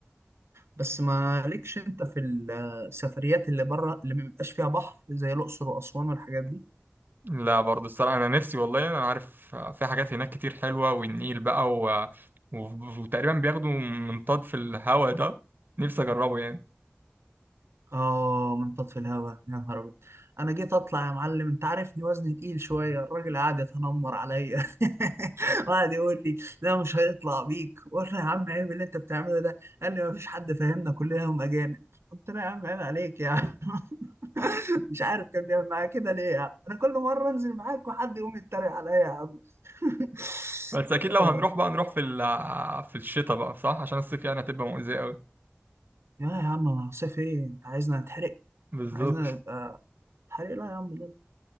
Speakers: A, on the right; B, on the right.
A: بس ما ليكش انت في السفريات اللي بره اللي ما بيبقاش فيها بحر زي الاقصر واسوان والحاجات دي
B: لا برضه الصراحة أنا نفسي والله أنا عارف في حاجات هناك كتير حلوة والنيل بقى و... و... وتقريبا بياخدوا منطاد في الهوا ده نفسي أجربه يعني
A: اه منطاد في الهوا يا نهار ابيض انا جيت اطلع يا معلم انت عارفني وزني تقيل شويه الراجل قعد يتنمر عليا <laughs> وقعد يقول لي لا مش هيطلع بيك قلنا يا عم عيب اللي انت بتعمله ده قال لي ما فيش حد فاهمنا كلنا هم اجانب قلت له يا عم عيب عليك يا عم <laughs> مش عارف كان بيعمل معايا كده ليه يا عم انا كل مره انزل معاك وحد يقوم يتريق عليا يا عم <laughs>
B: بس أكيد
A: يلا
B: لو هنروح بقى نروح في ال... في الشتاء بقى صح عشان الصيف يعني هتبقى مؤذية أوي
A: يا يا عم ما صيف ايه انت عايزنا نتحرق
B: بالظبط
A: عايزنا نبقى نتحرق لا يا عم